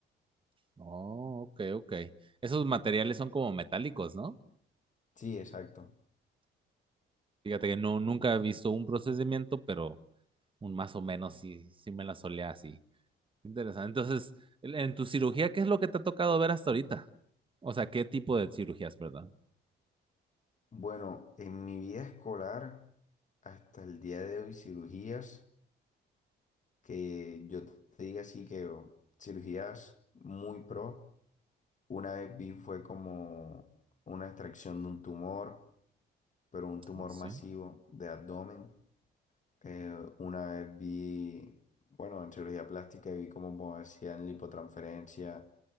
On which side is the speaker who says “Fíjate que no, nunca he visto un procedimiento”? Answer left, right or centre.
Right